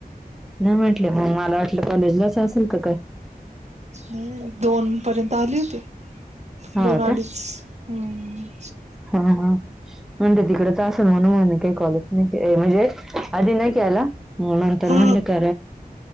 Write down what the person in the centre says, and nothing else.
नाही म्हटले मग मला वाटलं कॉलेजलाच असेल तर काय
हो
का
हा हा म्हणते तिकडेच असेल म्हण मगी काही कॉलेच नाही म्हणजे अदनकयला म मंतर
नल का